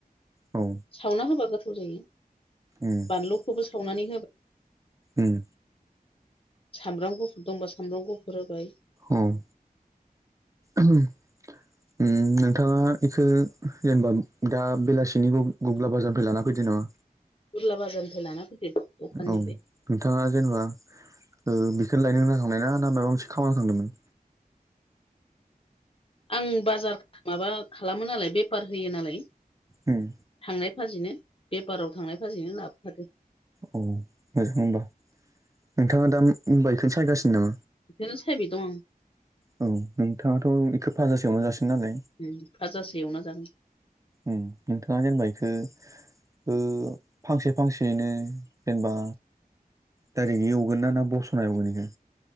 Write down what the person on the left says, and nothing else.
सावना होबा गोथाव जायो
बानलुखौबो सावनानै
सामब्रामखौ गुफुर दंबा सामब्राम गुफुर होबाय
बुरला बाजारनिफ्राय लाना फैदो दखाननिफ्राय
आं बाजार माबा खालामो नालाय बेफार होयो नालाय
थांनाय फाजिनो बेफाराव थांनाय फाजिनो लाबोफादों
बेखौनो सायबाय दं
आं फाजासो एवना जागोन